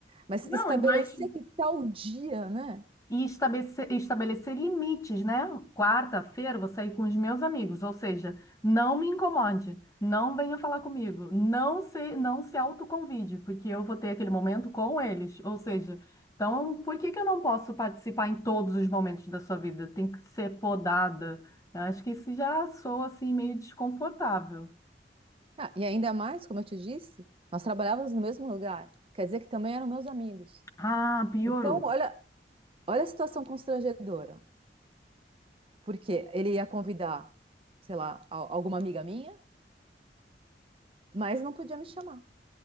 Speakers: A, on the right; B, on the left.
A: Mas
B: Não,
A: estabelecer
B: e mais.
A: que tal dia, né?
B: E estabelecer, estabelecer limites, né? Quarta-feira vou sair com os meus amigos, ou seja, não me incomode, não venha falar comigo, não se, não se autoconvide, porque eu vou ter aquele momento com eles. Ou seja, então por que que eu não posso participar em todos os momentos da sua vida? Tem que ser podada. Eu acho que isso já soa assim meio desconfortável.
A: Ah, e ainda mais, como eu te disse, nós trabalhávamos no mesmo lugar. Quer dizer que também eram meus amigos.
B: Ah, piorou.
A: Então, olha, olha a situação constrangedora. Porque ele ia convidar, sei lá, al- alguma amiga minha, mas não podia me chamar,